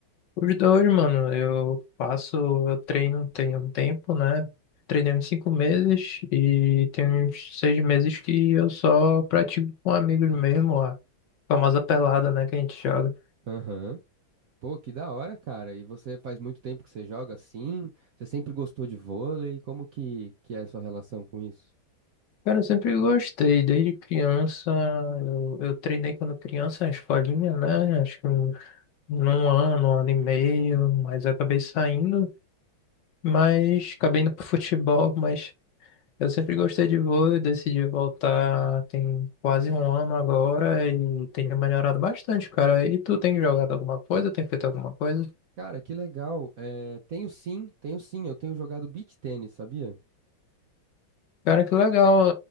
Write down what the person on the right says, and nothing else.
Aham. Pô, que da hora, cara. E você faz muito tempo que você joga assim? Você sempre gostou de vôlei? Como que, que é a sua relação com isso?
Cara, que legal. É, tenho sim, tenho sim. Eu tenho jogado beach tênis, sabia?